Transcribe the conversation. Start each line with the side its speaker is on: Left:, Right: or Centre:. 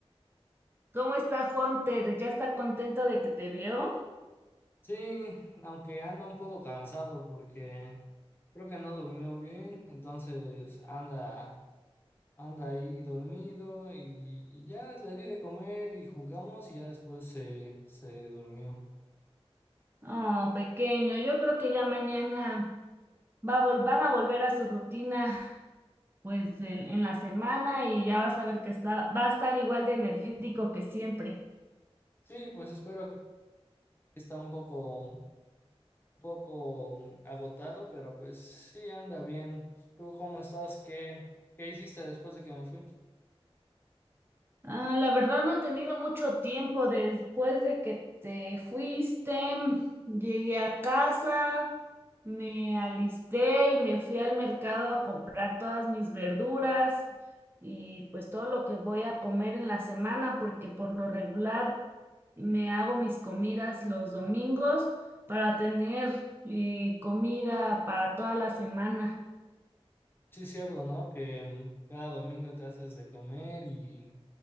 Right: ¿Cómo está Hunter? ¿Ya está contento de que te vio?
Left: Sí, aunque anda un poco cansado porque creo que no durmió bien, entonces anda Anda ahí dormido y, y ya le di de comer y jugamos y ya después se, se durmió.
Right: Oh, pequeño, yo creo que ya mañana va a vol- van a volver a su rutina, pues en, en la semana y ya vas a ver que está, va a estar igual de energético que siempre.
Left: Sí, pues espero que está un poco, un poco mm, agotado, pero pues sí anda bien. ¿Tú cómo estás? ¿Qué, qué hiciste después de que me fui?
Right: Ah, la verdad no he tenido mucho tiempo después de que te fuiste. Llegué a casa, me alisté y me fui al mercado a comprar todas mis verduras y pues todo lo que voy a comer en la semana, porque por lo regular me hago mis comidas los domingos para tener eh, comida para toda la semana.
Left: Sí, es cierto, ¿no? Que mm, cada domingo te haces de comer y